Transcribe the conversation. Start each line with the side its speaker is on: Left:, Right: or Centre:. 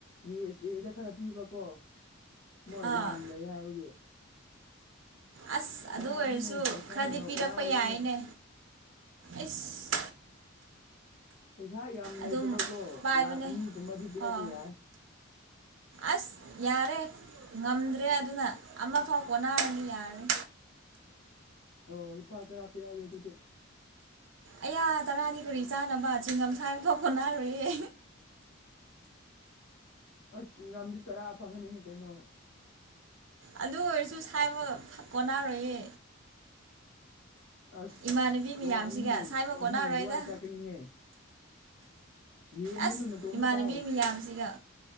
Left: ꯌꯨ ꯑꯦꯁ ꯑꯦꯗ ꯈꯔ ꯄꯤꯕꯀꯣ ꯃꯣꯏ
Right: ꯑꯥ
Left: ꯂꯥꯟ ꯂꯩ ꯍꯥꯏꯕꯒꯤ
Right: ꯑꯁ ꯑꯗꯨ
Left: ꯌꯥꯗ꯭ꯔꯦꯅꯦ
Right: ꯑꯣꯏꯔꯁꯨ
Left: ꯄꯩꯁꯥꯅꯒ
Right: ꯈꯔꯗꯤ ꯄꯤꯔꯛꯄ
Left: ꯋꯥꯏꯕꯅꯦ
Right: ꯌꯥꯏꯅꯦ ꯑꯁ
Left: ꯄꯩꯁꯥ ꯌꯥꯝ ꯂꯩꯇꯕꯀꯣ
Right: ꯑꯗꯨꯝ ꯄꯥꯏꯕꯅꯦ
Left: ꯂꯥꯈ ꯑꯅꯤꯒꯨꯝꯕꯗꯤ ꯄꯤꯔꯛꯄ
Right: ꯑꯥ
Left: ꯌꯥꯏ
Right: ꯑꯁ ꯌꯥꯔꯦ ꯉꯝꯗ꯭ꯔꯦ ꯑꯗꯨꯅ ꯑꯃꯐꯥꯎ ꯀꯣꯟꯅꯔꯅꯤ ꯌꯥꯔꯦ
Left: ꯑꯣ ꯂꯨꯄ ꯇꯔꯥꯄꯤꯔꯒꯦ ꯑꯗꯨꯗꯤ
Right: ꯑꯌꯥ ꯇꯔꯥꯗꯤ ꯀꯔꯤ ꯆꯥꯅꯕ ꯆꯤꯡꯒꯝ ꯁꯥꯏꯕꯐꯥꯎ ꯀꯣꯟꯅꯔꯣꯏꯌꯦ
Left: ꯑꯁꯤ ꯆꯤꯡꯒꯝꯗꯤ ꯇꯔꯥ ꯐꯪꯒꯅꯤꯍꯦ ꯀꯩꯅꯣ
Right: ꯑꯗꯨ ꯑꯣꯏꯔꯁꯨ ꯁꯥꯏꯕ ꯀꯣꯟꯅꯔꯣꯏꯌꯦ
Left: ꯑꯁ
Right: ꯏꯃꯥꯟꯅꯕꯤ
Left: ꯅꯣꯡ
Right: ꯃꯌꯥꯝꯁꯤꯒ
Left: ꯑꯅꯤ
Right: ꯁꯥꯏꯕ
Left: ꯅꯣꯡ
Right: ꯀꯣꯟꯅꯔꯣꯏꯗ
Left: ꯑꯍꯨꯝ ꯑꯗꯨꯋꯥꯏ ꯆꯠꯀꯅꯤꯅꯦ ꯌꯦꯟꯒꯅꯨ
Right: ꯑꯁ
Left: ꯅꯇꯣꯝꯇ
Right: ꯏꯃꯥꯟꯅꯕꯤ
Left: ꯆꯥꯎ
Right: ꯃꯌꯥꯝꯁꯤꯒ